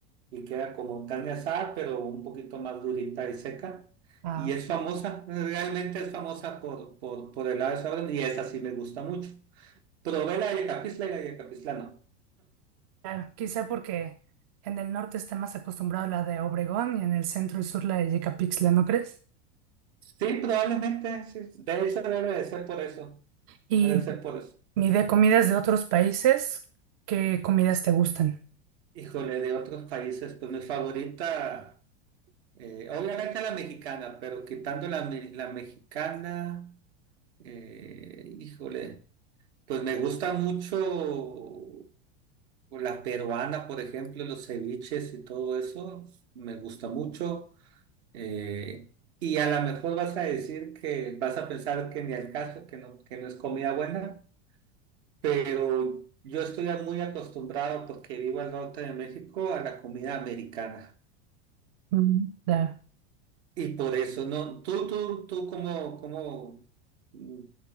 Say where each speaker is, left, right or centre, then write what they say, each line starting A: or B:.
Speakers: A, on the right; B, on the right.
A: y queda como carne asada, pero un poquito más durita y seca.
B: Ah.
A: Y es famosa, realmente es famosa por, por, por el lado de Sauron y esa sí me gusta mucho. Probé la Yacapisla y la Yacapisla no.
B: Claro, quizá porque en el norte está más acostumbrado a la de Obregón y en el centro y sur la de Yecapixtla, ¿no crees?
A: Sí, probablemente, sí. De hecho, debe de ser por eso.
B: Y
A: Debe de ser por eso.
B: ni de comidas de otros países, ¿qué comidas te gustan?
A: Híjole, de otros países, pues mi favorita, eh, obviamente la mexicana, pero quitando la, me- la mexicana, eh, híjole, pues me gusta mucho. O La peruana, por ejemplo, los ceviches y todo eso, me gusta mucho. Eh, y a lo mejor vas a decir que vas a pensar que ni al caso, que no, que no es comida buena, pero yo estoy muy acostumbrado porque vivo al norte de México a la comida americana.
B: Mm, Claro.
A: Y por eso, no, tú, tú, tú, ¿cómo, cómo, mm,